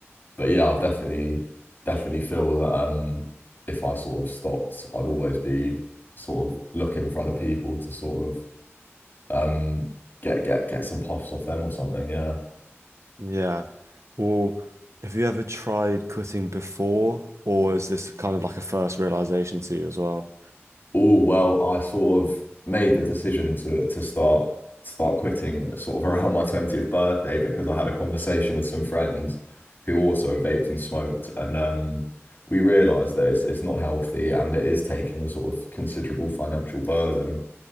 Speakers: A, on the left; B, on the right.
A: but yeah, I definitely definitely feel that um if I sort of stopped, I'd always be sort of looking for other people to sort of um get get get some puffs off them or something. Yeah.
B: Yeah. Well, have you ever tried quitting before, or is this kind of like a first realization to you as well?
A: Oh well, I sort of made the decision to to start start quitting sort of <laughs> around my 20th birthday because I had a conversation with some friends who also vaped and smoked and um we realized that it's it's not healthy and it is taking a sort of considerable financial burden